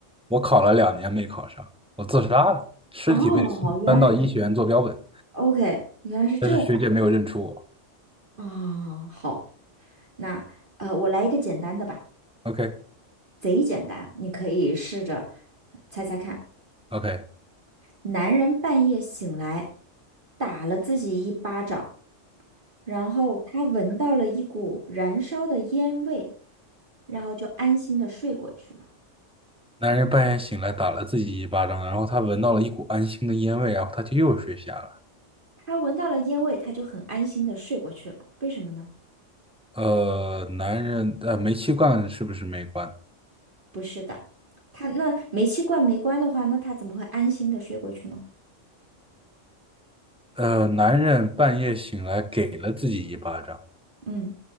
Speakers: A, in the centre; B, on the right (about 40°).
A: 我考了两年没考上，我自杀了，尸体被搬到医学院做标本，
B: 哦，原来是 OK，原来是这样
A: 但是学姐没有认出我。
B: 啊，好，那呃，我来一个简单的吧，
A: OK
B: 贼简单，你可以试着呃猜猜看。
A: OK，
B: 男人半夜醒来，打了自己一巴掌，然后他闻到了一股燃烧的烟味，然后就安心的睡过去了。
A: 男人半夜醒来打了自己一巴掌，然后他闻到了一股安心的烟味，然后他就又睡下了。
B: 他闻到了烟味，他就很安心的睡过去了。为什么呢？
A: 呃，男人，呃，煤气罐是不是没关？
B: 不是的，他那煤气罐没关的话，那他怎么会安心的睡过去呢？
A: 呃，男人半夜醒来给了自己一巴掌，
B: 嗯，